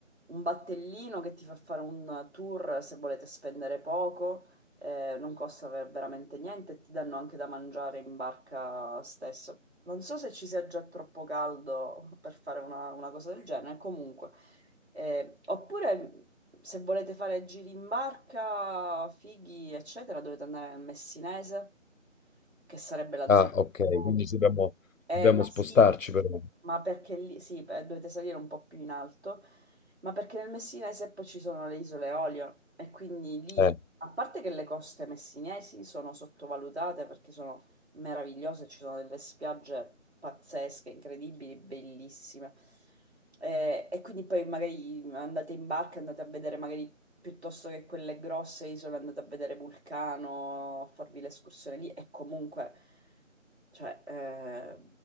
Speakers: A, on the right; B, on the left.
A: un battellino che ti fa fare un tour se volete spendere poco, eh, non costa ver- veramente niente e ti danno anche da mangiare in barca stesso. Non so se ci sia già troppo caldo per fare una, una cosa del genere, comunque. eh, oppure se volete fare giri in barca, fighi, eccetera, dovete andare nel Messinese, che sarebbe la
B: ah,
A: zona
B: ok,
A: più
B: quindi ci dobbiamo,
A: eh,
B: dobbiamo
A: ma
B: spostarci
A: sì, ma,
B: però.
A: ma perché lì sì, eh, dovete salire un po' più in alto ma perché nel Messinese poi ci sono le isole Eolie e quindi lì,
B: Eh.
A: a parte che le coste messinesi sono sottovalutate perché sono meravigliose, ci sono delle spiagge pazzesche, incredibili, bellissime. Eh, E, quindi poi magari andate in barca, andate a vedere magari piuttosto che quelle grosse isole, andate a vedere Vulcano, a farvi l'escursione lì e comunque cioè eh,